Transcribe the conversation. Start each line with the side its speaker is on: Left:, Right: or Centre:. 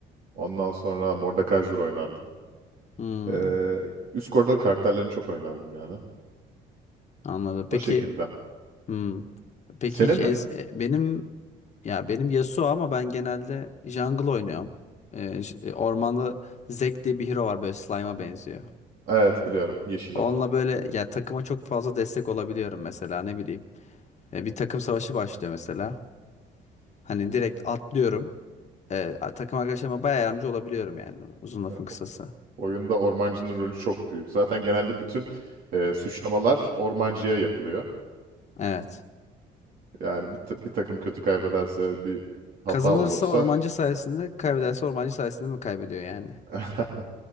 Right: Ondan sonra Mordekaiser oynardım.
Left: Hmm,
Right: Ee, üst koridor karakterlerini çok oynardım yani.
Left: anladım. Peki
Right: O şekilde.
Left: Hmm. Peki
Right: Senin
Left: hiç es
Right: ne?
Left: e, benim ya benim Yasuo ama ben genelde jungle oynuyorum. Ee, j- e, ormanda Zek diye bir hero var böyle slime'a benziyor.
Right: Evet biliyorum. Yeşil
Left: Onunla
Right: olan.
Left: böyle ya takıma çok fazla destek olabiliyorum mesela ne bileyim. E, bir takım savaşı başlıyor mesela. Hani direkt atlıyorum. E, a- takım arkadaşlarıma bayağı yardımcı olabiliyorum yani uzun lafın
Right: Ya,
Left: kısası.
Right: Oyunda ormancının rolü çok büyük. Zaten genelde bütün e, suçlamalar ormancıya yapılıyor.
Left: Evet.
Right: Yani bir, ta- bir takım kötü kaybederse bir hata
Left: Kazanırsa
Right: olursa
Left: ormancı sayesinde, kaybederse ormancı sayesinde mi kaybediyor yani?
Right: <laughs>